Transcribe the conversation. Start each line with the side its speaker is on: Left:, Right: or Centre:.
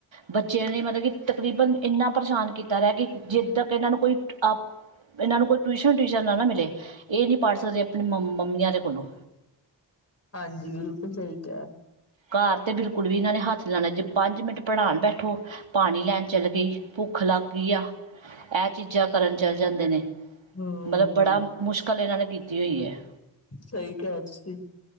Right: ਬੱਚਿਆਂ ਨੇ ਮਤਲਬ ਕਿ ਤਕਰੀਬਨ ਇੰਨਾ, ਪਰੇਸ਼ਾਨ ਕੀਤਾ ਰਿਹਾ। ਕਿ ਜਿੱਦ ਤਕ ਇਹਨਾਂ ਨੂੰ ਕੋਈ ਅ- ਇਹਨਾਂ ਨੂੰ ਕੋਈ ਟਿਊਸ਼ਨ ਟਟੀਰ ਨਾ, ਨਾ ਮਿਲੇ। ਇਹ ਨਹੀਂ ਪੜ ਸਕਦੇ, ਆਪਣੀ ਮੰਮੀਆਂ ਦੇ ਕੋਲੋਂ।
Left: ਹਾਂਜੀ, ਬਿਲਕੁਲ ਸਹੀ ਕਿਹਾ।
Right: ਘਰ ਤੇ ਬਿਲਕੁਲ ਵੀ ਇਹਨਾਂ ਨੇ ਹੱਥ ਨੀ ਲਾਉਣਾ। ਜੇ ਪੰਜ ਮਿੰਟ ਪੜਾਉਣ ਬੈਠੋ। ਪਾਣੀ ਲੈਣ ਚੱਲ ਗਈ। ਭੁੱਖ ਲੱਗ ਗਈ ਆ। ਇਹ ਚੀਜ਼ਾਂ ਕਰਨ ਚੱਲ ਜਾਂਦੇ ਨੇ।
Left: ਹੂੰ,
Right: ਮਤਲਬ ਬੜਾ ਮੁਸ਼ਕਲ, ਇਹਨਾਂ ਨੇ ਕੀਤੀ ਹੋਈ ਹੈ।
Left: ਸਹੀ ਕਿਹਾ ਸੀ।